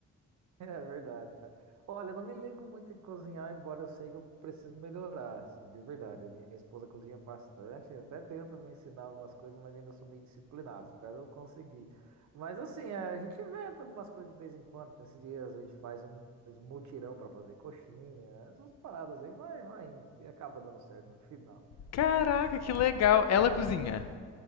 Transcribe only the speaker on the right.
<laughs> É verdade, cara. Olha, eu não me ligo muito em cozinhar, embora eu sei que eu preciso melhorar, assim, de verdade. A minha, minha esposa cozinha bastante, eu até tento me ensinar algumas coisas, mas ainda sou meio indisciplinado, espero eu conseguir. Mas assim, é, a gente inventa algumas coisas de vez em quando, que esses dias a gente faz um, fez um mutirão para fazer coxinha, essas paradas aí, vai, vai indo, e acaba dando certo <laughs> no final.